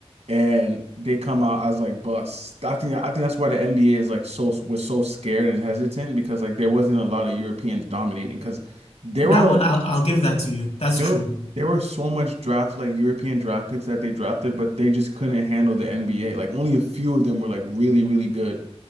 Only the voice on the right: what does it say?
and they come out as like busts. I think I think that's why the NBA is like so was so scared and hesitant because like there wasn't a lot of Europeans dominating because there were
Yo,
there were so much draft like European draft picks that they drafted, but they just couldn't handle the NBA. Like only a few of them were like really, really good.